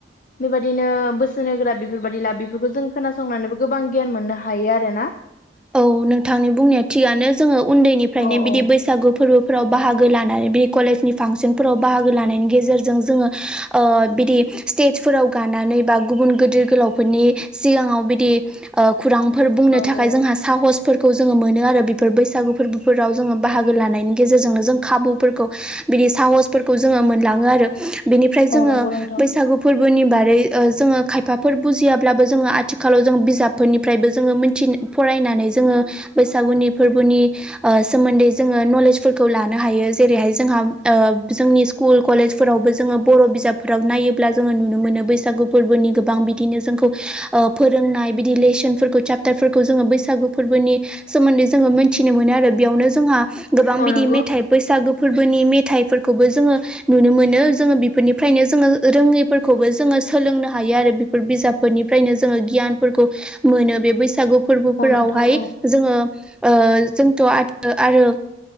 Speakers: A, on the left (about 45°); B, in the centre.
A: बेबायदिनो बोसोन होग्रा बेफोरबायदि ला बेफोरखौ जों खोनासंनानैबो गोबां गियान मोननो हायो आरोना।
B: औ नोंथांनि बुंनाया थिगानो जोङो उन्दैनिफ्रायनो
A: औ औ
B: बिदि बैसागु फोरबोफोराव बाहागो लानानै बे कलेजनि फांसनफोराव बाहागो लानायनि गेजेरजों जोङो ओ बिदि स्टेजफोराव गानानै बा गुबुन गिदिर गोलावफोरनि सिगाङाव बिदि ओ खुरांफोर बुंनो
A: औ
B: थाखाय
A: औ
B: जोंहा फोरखौ जोङो मोनो आरो बेफोर बैसागु फोरबोफोराव जोङो बाहागो लानायनि गेजेरजोंनो जों खाबु फोरखौ बिदि साहस फोरखौ जोङो मोनलाङो आरो बिनिफ्राय जोङो
A: औ नंगौ नोंथां
B: बैसागु फोर बोनि बारै ओ जोङो खायफाफोर बुजियाब्लाबो जोङो आथिखालाव जों बिजाबफोरनिफ्रायबो जोङो मिथि फरायनाय नानै जोङो बैसागुनि फोरबोनि सोमोन्दै जोङो नलेजफोरखौ लानो हायो जेरैहाय जोंहा ओ जोंनि स्कुल कलेजफोरावबो जोङो बर' बिजाबफोराव नायोब्ला जोङो नुनो मोनो बैसागु गु फोरबोनि गोबां बिदिनो जोंखौ ओ फोरोंनाय बिदि लेसनफोरखौ चेप्टारफोरखौ जोङो बैसागु फोरबोनि सोमोन्दै जोङो मोनथिनो मोनो आरो बेयावनो जोंहा गोबां
A: औ
B: बिदि
A: नंगौ
B: मेथाइ बैसागो फोरबोनि मेथाइफोर खौबो जोङो नुनो मोनो जोङो बेफोरनिफ्रायनो जोङो रोङैफोरखौबो जोङो सोलोंनो हायो आरो बेफोर बिजाबफोरनिफ्रायनो जोङो गियानफोरखौ मोनो बे बैसागु फोरबोफोरावहाय
A: औ नोंथां औ
B: जोङो ओ जोंथ' आ-आरो